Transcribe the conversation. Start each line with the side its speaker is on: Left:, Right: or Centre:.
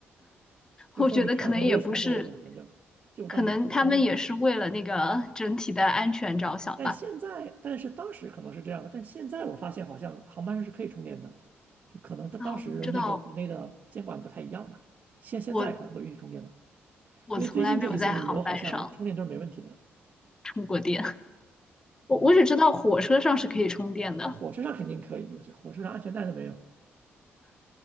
Right: 就说你这样很危险之类的，
Left: 我觉得可能也不是，
Right: 反正就我当时打算充电，
Left: 可能他们也是为了那个整体的安全着想吧。
Right: 但现在，但是当时可能是这样的，但现在我发现好像航班上是可以充电的，就可能他当时那个国内的监管不太一样吧，
Left: 啊，我不知道，
Right: 现现在可能都允许充电了，
Left: 我我从来没有在航班上
Right: 因为最近这几次旅游好像充电都是没问题的，
Left: 充过电。我我只知道火车上是可以充电的。
Right: 嗯，啊，火车上肯定可以，我觉得火车上安全带都没有，